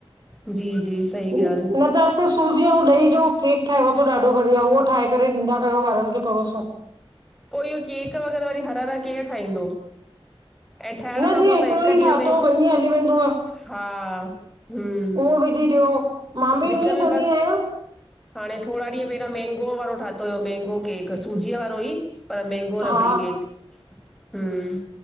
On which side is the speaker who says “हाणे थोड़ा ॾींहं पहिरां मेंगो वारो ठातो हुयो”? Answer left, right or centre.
Centre